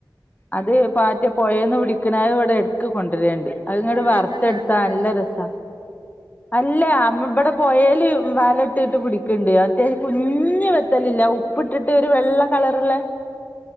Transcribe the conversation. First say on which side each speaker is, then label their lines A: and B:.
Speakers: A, on the left; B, on the right.
A: അത് പാറ്റ്യ പൊഴേന്ന് പിടിക്ക്ണെ അത് ഇവിടെ എടുക്ക് കൊണ്ട് വരലുണ്ട് അത് ഇങ്ങട്
B: പുഴയെന്നല്ല
A: വറുത്തെടുത്താ
B: കടലിൽ
A: നല്ല
B: നിന്ന്
A: രസാ അല്ലെ അമ്മ ഇവടെ പൊഴേല്‌ വല ഇട്ടിട്ട് പുടിക്ക്ണ്ട് അത്യാവ്ശ്യ കുഞ്ഞ് വെത്തലില്ലെ ഉപ്പ് ഇട്ടിട്ട് ഒരു വെള്ള കളറ്ള്ളേ